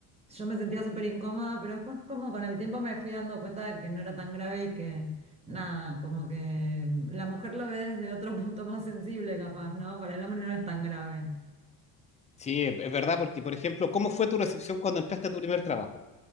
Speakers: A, on the right (about 15°); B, on the left (about 20°).
A: yo me sentía súper incómoda, pero después como con el tiempo me fui dando cuenta de que no era tan grave y que nada, como que la mujer lo ve desde otro <laughs> punto más sensible capaz, ¿no? Para el hombre no es tan grave.
B: Sí, es es verdad, porque por ejemplo, ¿cómo fue tu recepción cuando entraste a tu primer trabajo?